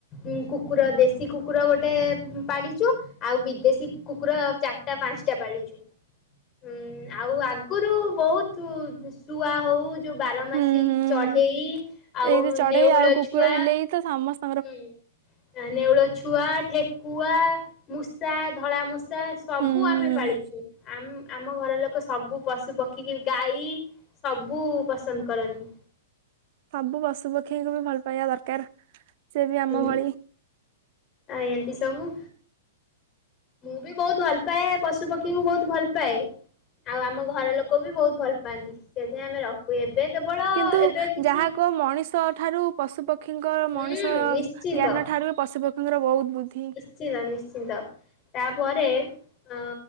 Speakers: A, on the left; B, on the right.
A: ଉଁ କୁକୁର ଦେଶୀ କୁକୁର ଗୋଟେ ପାଳିଚୁ। ଆଉ ବିଦେଶୀ କୁକୁର ଚାରିଟା ପାଞ୍ଚ ଟା ପାଳିଛୁଁ ହୁଁ ଆଉ ଆଗରୁ ବହୁତ ଶୁଆ ହଉ ଯୋଉ ବାରମାସୀ
B: ହୁଁ ହୁଁ
A: ଚଢେଇ ଆଉ
B: ଏଇ ଯୋଉ ଚଢେଇ
A: ନେଉଳ
B: ଆଉ କୁକୁର
A: ଛୁଆ।
B: ବିଲେଇ ତ ସମସ୍ତେ
A: ହୁଁ ନେଉଳ ଛୁଆ ଠେକୁଆ ମୂଷା ଧଳା ମୂଷା ସବୁ
B: ହୁଁ
A: ଆମେ
B: ହୁଁ
A: ପାଳିଛୁ ଆମ ଆମ ଘର ଲୋକ ସବୁ ପଶୁ ପକ୍ଷୀ କି ଗାଈ ସବୁ ପସନ୍ଦ କରନ୍ତି।
B: ସବୁ ପଶୁ ପକ୍ଷୀ କୁ ବି ଭଲ ପାଇବା ଦରକାର ସିଏ ବି ଆମ
A: ହୁଁ
B: ଭଳି
A: ଆ ଏତି ସବୁ। ମୁଁ ବି ବହୁତ ଭଲ ପାଏ ପଶୁପକ୍ଷୀଙ୍କୁ ବହୁତ ଭଲ ପାଏ। ଆଉ ଆମ ଘର ଲୋକ ବି ବହୁତ ଭଲ ପାଆନ୍ତି ସେଥିଇଁ ଆମେ ରଖ ଏବେ କେବଳ
B: କିନ୍ତୁ
A: ଏବେ କିଛି
B: ଯାହା କୁହ ମଣିଷ ଠାରୁ ପଶୁ ପକ୍ଷୀଙ୍କ
A: ହୁଁ
B: ମଣିଷ
A: ନିଶ୍ଚିନ୍ତ
B: ଜ୍ଞାନ ଠାରୁ ବି ପଶୁପକ୍ଷୀଙ୍କର ବହୁତ ବୁଦ୍ଧି।
A: ନିଛିନ୍ତ ନିଛିନ୍ତ। ତାପରେ ଅ